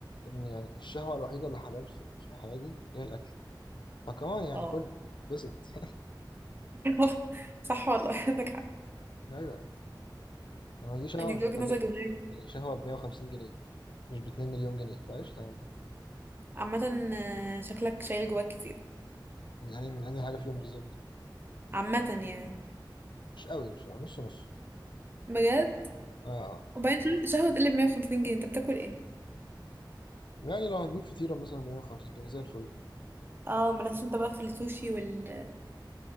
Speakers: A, on the left; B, on the right.
A: ان يعني الشهوه الوحيده اللي حلال في في الحياه دي هي الاكل فكمان يعني
B: اه
A: كل بسط
B: <laughs> صح والله عندك حق
A: <laughs> ايوه ما دي شهوه
B: دي
A: مش
B: وجهة
A: مكلفه
B: نظر جميلة
A: يعني شهوه ب 150 جنيه مش ب 2 مليون جنيه فقشطه يعني
B: عامة آه، شكلك شايل جواك كتير
A: من انهي من انهي حاجه فيهم بالظبط
B: عامة يعني
A: مش قوي مش قوي. نص نص
B: بجد
A: اه آه.
B: وبعدين شه- شهوة تقلب 150 جنيه انت بتاكل ايه؟
A: يعني لو هنجيب فطيره مثلا ب 150 جنيه زي الفل
B: اه مالكش انت بقى في السوشي وال...